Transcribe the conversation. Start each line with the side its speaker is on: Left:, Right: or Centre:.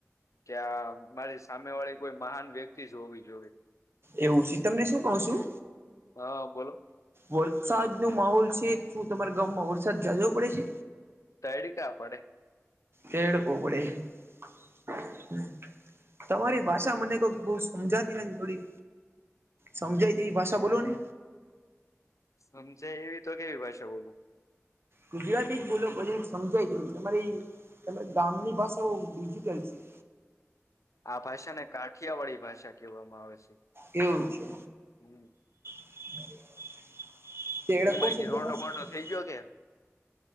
Left: કે હા મારી સામે વાળી કોઈ મહાન વ્યક્તિ જ હોવી જોઈએ.
Right: એવું છે તમને શું કહુ છું.
Left: હા બોલો.
Right: વરસાદ નો માહોલ છે શું તમારા ગામમાં વરસાદ જાજો પડે છે.
Left: તૈડી કા પડે.
Right: તૈડકો પડે. તમારી ભાષા મને કોઈક બહ સમજાતી નથી થોડી સમજાય તેવી ભાષા બોલો ને.
Left: સમજાય એવી તો કેવી ભાષા બોલું.
Right: ગુજરાતી જ બોલો પછી સમજાય ગ તમારી. તમે ગામની ભાષા બહ ડિજિટલ છી.
Left: આ ભાષા ને કાઠિયા વાળી ભાષા કહેવામાં આવે છે
Right: એવું છે
Left: હમ.
Right: <unintelligible>
Left: હું બાકી
Right: શબ્દમાં
Left: રોડો
Right: શું
Left: બોડો થઇ ગયો કે.